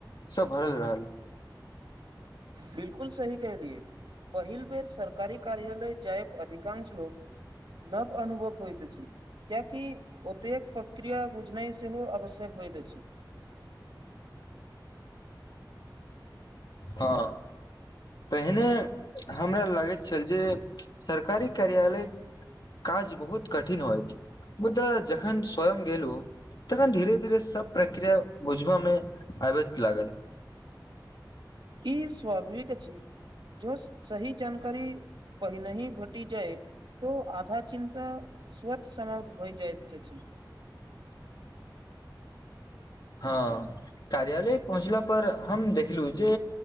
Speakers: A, on the left (about 60°); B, on the right (about 80°).
A: सँ भरल रहल
B: बिलकुल सही कहलियए पहिल बेर सरकारी कार्यालय जायब अधिकांश लोक नव अनुभव होइत अछि कियाकि ओतेक प्रक्रिया बुझनाइ सेहो आवश्यक होइत अछि
A: हँ पहिने हमरा लागैत छल जे सरकारी कार्यालय काज बहुत कठिन होइत मुदाऽ जखन स्वयं गेलहु तखन धीरे धीरे सब प्रक्रिया बुझब मे आबैत लागल
B: ई स्वाभाविक छी जो सही जानकारी पहिनहि भटी जाय तऽ आधा चिन्ता स्वत समाप्त भए जाइत अछि
A: हँ कार्यालय पहुँचला पर हम देखलु जे